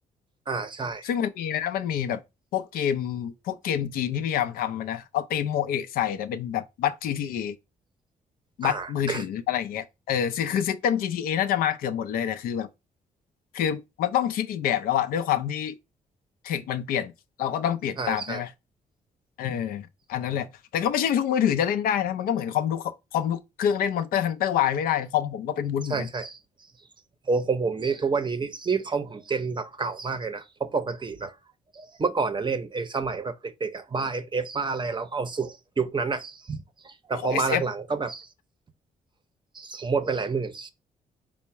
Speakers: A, on the right (about 35°); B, on the left (about 85°).
A: อ่าใช่
B: ซึ่งมันมีนะมันมีแบบพวกเกมพวกเกมจีนที่พยายามทำอะนะเอาธีมโมเอะใส่แต่เป็นแบบบัตร GTA
A: อ่า
B: บัตรมือถืออะไรอย่างเงี้ยเออคือคือซิสเต็ม GTA น่าจะมาเกือบหมดเลยแต่คือแบบคือมันต้องคิดอีกแบบแล้วอะด้วยความที่เทคมันเปลี่ยนเราก็ต้องเปลี่ยนตามใช่ไหม
A: ใช่ใช่
B: เอออันนั้นแหละแต่ก็ไม่ใช่ทุกมือถือจะเล่นได้นะมันก็เหมือนคอมทุกคอมทุกเครื่องเล่น Monster Hunter Y ไม่ได้คอมผมก็เป็นวุ้นเหมือนกัน
A: ใช่ใช่ โอ้ของผมนี่ทุกวันนี้นี่นี่คอมผมเจนแบบเก่ามากเลยนะเพราะปกติแบบเมื่อก่อนนะเล่นไอ้สมัยแบบเด็กๆอ่ะบ้าเอฟเอฟบ้าอะไรเราก็เอาสุดยุคนั้นอ่ะแต่พอมาหลังๆก็แบบ
B: โอ้ SF
A: ผมหมดไปหลายหมื่น